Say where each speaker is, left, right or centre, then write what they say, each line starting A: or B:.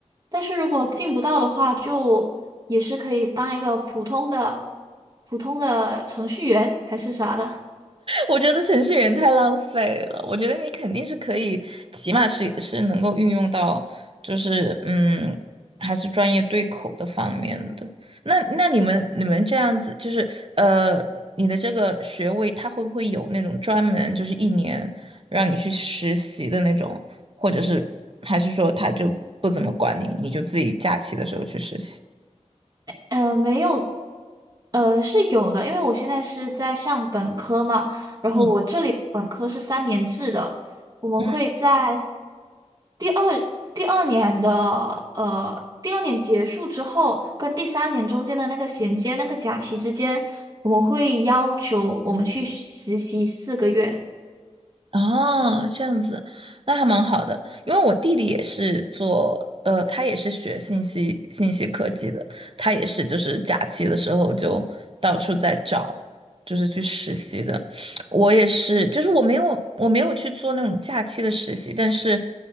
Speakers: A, on the right (about 30°); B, on the right (about 50°).
A: 但是如果进不到的话，就也是可以当一个普通的普通的程序员还是啥的。
B: 我觉得程序员太浪费了。我觉得你肯定是可以，起码是是能够运用到，就是嗯，还是专业对口的方面的。那那你们你们这样子，就是呃，你的这个学位，他会不会有那种专门就是一年让你去实习的那种，或者是还是说他就不怎么管你，你就自己假期的时候去实习？
A: 呃，没有呃，是有的，因为我现在是在上本科嘛，然后我这里的本科是三年制的，
B: 嗯。
A: 我们会在
B: 嗯
A: 第二第二年的呃第二年结束之后，跟第三年中间的那个衔接那个假期之间，我们会要求我们去实习四个月，
B: 哦，这样子，那还蛮好的，因为我弟弟也是做，呃，他也是学信息信息科技的，他也是就是假期的时候就到处在找，就是去实习的。我也是，就是我没有我没有去做那种假期的实习，但是，